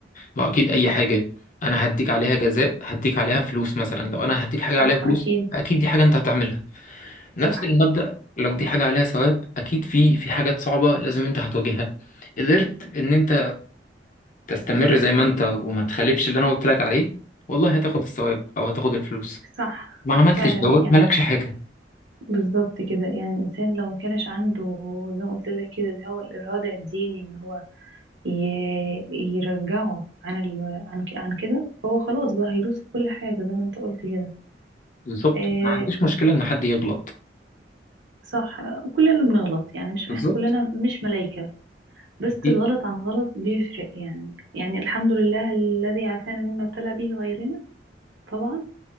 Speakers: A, on the left; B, on the right.
A: ما هو اكيد اي حاجه انا هديك عليها جزاء هديك عليها فلوس مثلا لو انا هديك حاجه
B: صح
A: عليها فلوس
B: أكيد
A: اكيد دي حاجه انت هتعملها نفس
B: صح
A: المبدا لو دي حاجه عليها ثواب اكيد في في حاجات صعبه لازم انت هتواجهها قدرت ان انت تستمر زي ما انت وما تخالفش اللي انا قلت لك عليه والله هتاخد الثواب او هتاخد الفلوس
B: صح
A: ما عملتش
B: فعلا
A: دوت
B: يعني
A: مالكش حاجه
B: بالظبط كده يعني الإنسان لو ما كانش عنده زي ما قلت لك كده اللي هو الإرادة الديني اللي هو ي- يرجعه عن ال... عن ك- عن كده هو خلاص بقى هيدوس في كل حاجة زي ما انت قلت كده
A: بالظبط
B: إيه
A: ما عنديش مشكله ان حد يغلط
B: صح كلنا بنغلط يعني مش
A: بالظبط
B: احنا كلنا مش ملايكة بس
A: في
B: غلط عن غلط بيفرق يعني يعني الحمد لله الذي عافانا مما ابتلى به غيرنا طبعا